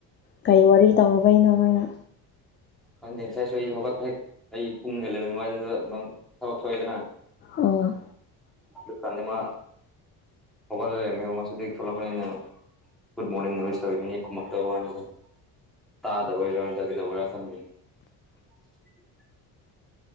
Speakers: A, on the left (about 30°); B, in the centre.
A: ꯀꯩ ꯋꯥꯔꯤ ꯇꯧꯔꯨꯕꯩꯅꯣ ꯃꯅ
B: ꯈꯪꯗꯦ ꯉꯁꯥꯏꯁꯨ ꯑꯩ ꯍꯧꯒꯠꯄ ꯍꯦꯛ ꯑꯩ ꯄꯨꯡ ꯑꯦꯂꯚꯦꯟ ꯋꯥꯏꯗꯨꯗ ꯅꯡ ꯊꯕꯛ ꯊꯣꯛꯏꯗꯅ
A: ꯑꯣ
B: ꯑꯗꯨꯀꯥꯟꯗ ꯃ ꯍꯧꯒꯠꯂꯥ ꯂꯩꯔꯝꯃꯦ ꯃꯁꯨ ꯑꯗꯨꯗꯩꯩ ꯊꯣꯛꯂꯛꯄꯅꯤꯅ ꯒꯨꯗ ꯃꯣꯔꯅꯤꯡ ꯋꯤꯁ ꯅꯤꯕꯅꯤ ꯈꯨꯃꯛꯇꯕꯩ ꯋꯥꯅꯤꯗꯥ ꯇꯥꯗꯕꯩꯔꯥ ꯀꯩꯗꯧꯕꯩꯅꯣ ꯈꯪꯗꯦ <inaudible>